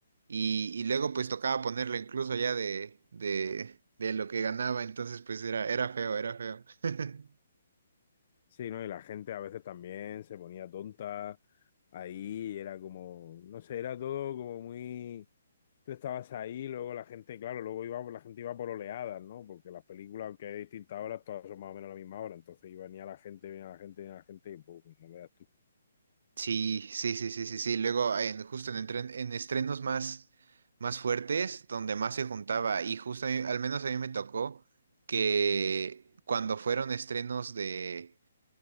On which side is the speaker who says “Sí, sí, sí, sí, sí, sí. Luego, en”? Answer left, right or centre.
Right